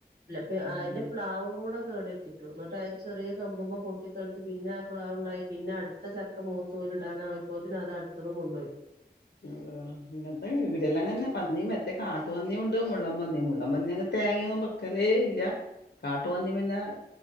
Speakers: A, on the right; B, on the left.
A: <unintelligible>
B: ഉം
A: അതിന്റെ പ്ലാവും കൂട <unintelligible> എന്നിട്ട് അത് ഒരു ചെറിയ കമ്പുന്മേ പൊട്ടി <unintelligible> പിന്നെ ആ പ്ലാവ്ണ്ടായി പിന്നെ അടുത്ത ചക്ക മൂ <unintelligible> അത് അടുത്തതും കൊണ്ടോയി
B: <unintelligible> പന്നി മറ്റേ കാട്ടു പന്നി ഉണ്ട് മുള്ളൻ പന്നി മുള്ളം പന്നി അ തേങ്ങൊന്നും ബെക്കലേ ഇല്ല കാട്ടു പന്നി പിന്നെ